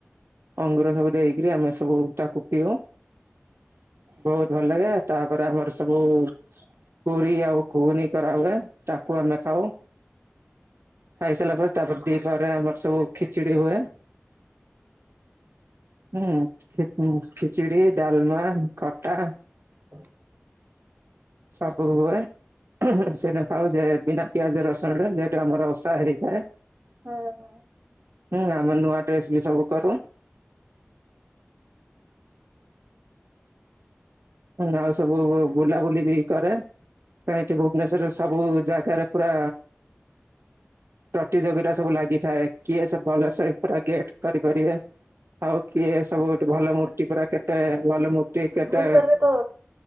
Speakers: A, on the right; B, on the right.
A: ଅଙ୍ଗୁର ସବୁ ଦେଇକରି ଆମେ ସବୁ ତାକୁ ପିଉ। ବହୁତ ଭଲ ଲାଗେ। ତାପରେ ଆମର ସବୁ ପୁରି ଆଉ ଘୁଗୁନି କରା ହଏ ତାକୁ ଆମେ ଖାଉ। ଖାଇସାରିଲା ପରେ ତାପରେ ଦିପରେ ଆମର ସବୁ ଖିଚିଡି ହୁଏ। ହଁ ଖିଚୁଡି ଡାଲମା ଖଟା
B: <inaudible>
A: ସବୁ ହୁଏ ସେଟା ଖାଉ ଯେ ବିନା ପିଆଜ ରସୁଣରେ ଆମର ଓଷା ହେଇଥାଏ।
B: ହଁ ହଁ।
A: ହୁଁ ଆମର ନୂଆ ଡ୍ରେସ ବି ସବୁ କରୁ। ଆଉ ସବୁ ବୁଲାବୁଲି ବି କରେ। କହିଁଠି ଭୁବନେଶ୍ଵର ସବୁ ଜାଗାରେ ପୁରା ପ୍ରତିଯୋଗିତା ସବୁ ଲାଗିଥାଏ କିଏ ସବୁ ଭଲ ସେ ପୁରା ଗେଟ କରି ପାରିବେ। ହଉ କିଏ ସବୁ ଗୋଟେ ଭଲ ମୂର୍ତ୍ତି ପୁରା କେତେ ଭଲ ମୂର୍ତ୍ତି
B: ଭୁବନେଶ୍ୱରରେ
A: କେତେ
B: ତ